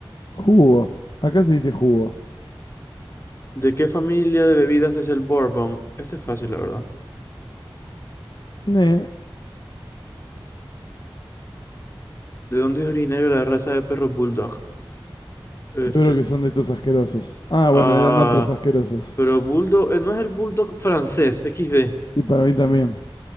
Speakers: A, on the left; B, on the left.
A: Jugo. Acá se dice jugo.
B: ¿De qué familia de bebidas es el bourbon? Este es fácil, la verdad.
A: Ne,
B: ¿De dónde es originario la raza de perro bulldog? Este.
A: seguro que son de estos asquerosos. Ah,
B: Ah,
A: bueno, eran otros asquerosos.
B: pero bulldog, eh, no es el bulldog francés, XD.
A: Y para mí también.